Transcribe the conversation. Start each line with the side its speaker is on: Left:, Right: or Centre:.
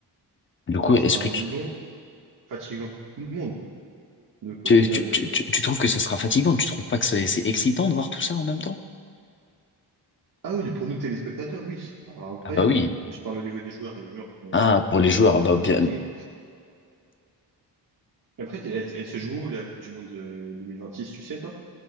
Left: Du coup,
Right: ça
Left: est-ce
Right: sera
Left: que
Right: long,
Left: tu,
Right: fatigant pour tout le monde. Donc
Left: tu,
Right: au final,
Left: tu,
Right: euh,
Left: tu, tu- tu trouves que ce sera fatigant? Tu trouves pas que c'est c'est excitant de voir tout ça en même temps?
Right: ah oui, pour nous téléspectateurs, oui, ce sera incroyable.
Left: Ah bah oui.
Right: Mais je parle au niveau des joueurs et les joueurs sont,
Left: Ah, pour les
Right: seront
Left: joueurs,
Right: peut-être
Left: ah bah
Right: sûrement
Left: bien,
Right: fatigués. Et après, elle, elle se joue où, la Coupe du Monde de 2026, tu sais, toi?